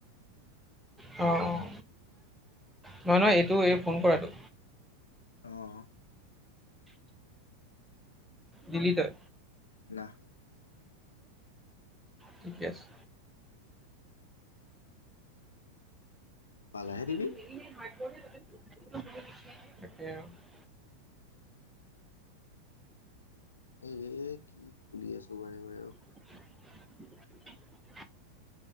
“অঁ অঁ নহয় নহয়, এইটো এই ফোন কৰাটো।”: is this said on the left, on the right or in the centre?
Centre